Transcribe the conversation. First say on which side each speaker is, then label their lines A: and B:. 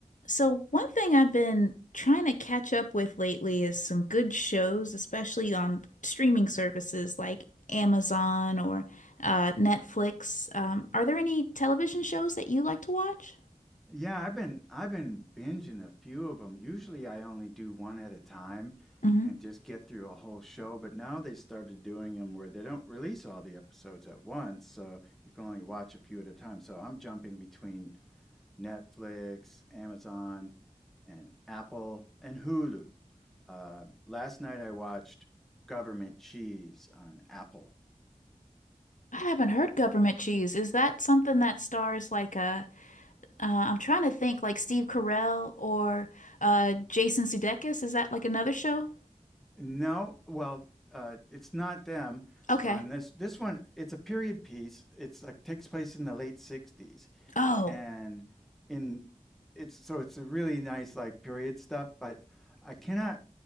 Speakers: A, on the left; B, in the centre.
A: So, one thing I've been trying to catch up with lately is some good shows, especially on streaming services like Amazon or uh, Netflix. Um, are there any television shows that you like to watch?
B: Yeah, I've been I've been binging a few of them. Usually I only do one at a time
A: hmm
B: and just get through a whole show, but now they started doing them where they don't release all the episodes at once, so you can only watch a few at a time. So I'm jumping between Netflix, Amazon, and Apple and Hulu. Uh, last night I watched Government Cheese on Apple.
A: I haven't heard Government Cheese. Is that something that stars like uh uh, I'm trying to think like Steve Carell or uh, Jason Sudeikis? Is that like another show?
B: No, well, uh, it's not them
A: Okay.
B: on this. This one, it's a period piece. It's like takes place in the late 60s
A: Oh.
B: and in it's so it's a really nice like period stuff, but I cannot